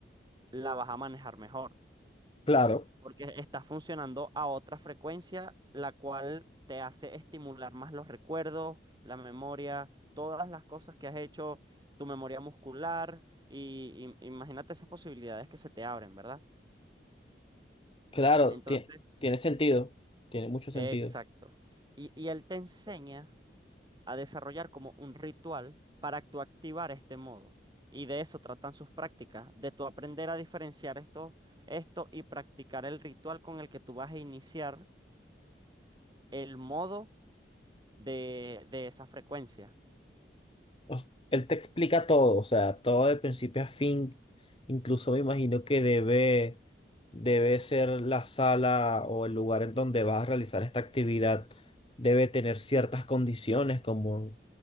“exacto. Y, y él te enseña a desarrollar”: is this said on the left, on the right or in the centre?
Right